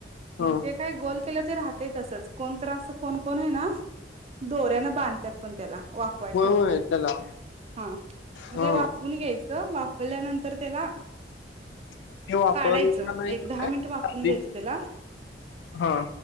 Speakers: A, on the left; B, on the right.
A: ह
B: मग ते काय गोल केल्यावर ते राहतय तसंच कोण तरं अस कोण कोण आहे ना दोऱ्यान बांधत्यात पण त्याला वाफवायला
A: होय
B: ठेवताना
A: होय त्याला
B: हा म
A: ह
B: ते वाफुन घ्यायचं. वाफावल्यानंतर त्याला
A: ते वापरला
B: काढायचं
A: नाही
B: एक
A: काय
B: दहा मिनट वाफवून
A: आधी
B: घ्यायचं त्याला
A: हा